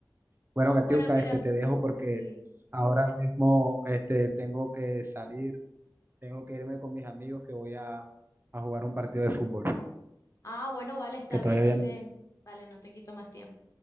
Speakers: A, on the right; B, on the left.
A: Bueno, Katiuska,
B: Bueno, mira,
A: este te dejo porque
B: sí.
A: ahora mismo este tengo que salir, tengo que irme con mis amigos que voy a, a jugar un partido de fútbol.
B: Ah, bueno, vale, está
A: Que te
B: bien.
A: vaya
B: Entonces,
A: bien.
B: vale, no te quito más tiempo.